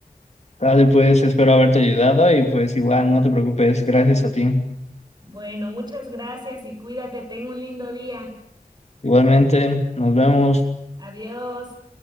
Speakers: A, on the left (about 50°); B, on the right (about 30°).
A: Dale, pues espero haberte ayudado y pues igual no te preocupes, gracias a ti.
B: Bueno, muchas gracias y cuídate. Ten un lindo día.
A: Igualmente, nos vemos.
B: Adiós.